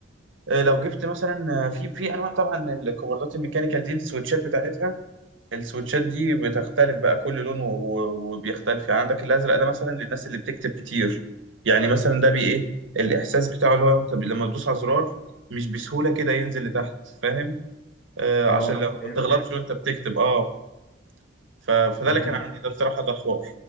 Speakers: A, on the right; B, on the left.
A: آه، لو جبت مثلا آه، في في انواع طبعا الكوردات الميكانيكال دي السويتشات بتاعتها السويتشات دي بتختلف بقى كل لون و- و- وبيختلف يعني عندك الازرق ده مثلا للناس اللي بتكتب كتير يعني مثلا ده بي ايه الاحساس بتاعه اللي هو انت لما تدوس على زرار مش بسهولة كده ينزل لتحت فاهم آه
B: اه
A: عشان لو
B: فهمت
A: ما تغلطش وانت بتكتب اه ف- فده
B: فهمت
A: اللي كان عندي ده بصراحة ده حوار